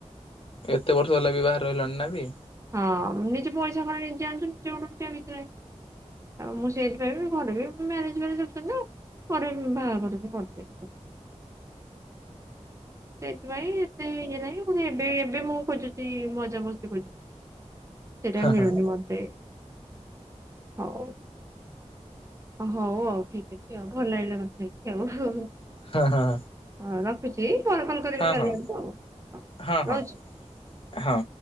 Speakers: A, on the left; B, on the right.
A: ଏତେ ବର୍ଷ ହେଲା ବି ବାହାରେ ରହିଲଣି ନା ବେ?
B: ହଁ ନିଜେ ପଇସା କଣ ନିଜେ ଆଣୁଚନ୍ତି ନିଜେ <unintelligible> ଆଉ ମୁଁ ସେଇଥିପାଇଁ ବି ଘର ବି ମ୍ୟାରେଜ ମ୍ୟାରେଜ ହଉଛନ୍ତି ଯେ ପରେ ବି ବାହାଘର ବି କରିଦେଇଛନ୍। ସେଇଥିପାଇଁ ଏତେ ଇଏ ନାହିଁ ପୁଣି ଏବେ ଏବେ ମୁଁ ଖୋଜୁଛି ମଜାମସ୍ତି ଖୋଜୁ ସେଟା ମିଳୁନି
A: ହଁ
B: ମତେ ହଉ। ହଉ ଆଉ ଠିକ ଅଛି ଆଉ ଭଲ ଲାଗିଲା କଥା ହେଇକି ଆଉ।
A: ହଁ ହଁ
B: ଅ ରଖୁଛି ପରେ କଲ କରିବି
A: ହଁ
B: କାଲି
A: ହଁ
B: ଆଡ଼କୁ ଆଉ ହଉ
A: ହଁ ହଁ
B: ରହୁଛି।
A: ହଁ।